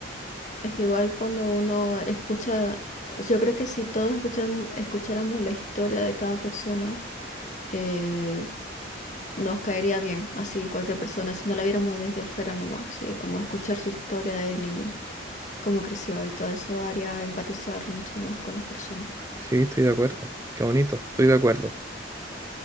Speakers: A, on the left; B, on the right.
A: Es que igual cuando uno escucha, yo creo que si todos escucham- escucháramos la historia de cada persona, eh, nos caería bien, así cualquier persona, si no la viéramos desde afuera nomás, sí, como escuchar su historia de niño, cómo creció y todo eso haría empatizar mucho más con las personas.
B: Sí, estoy de acuerdo. Qué bonito, estoy de acuerdo.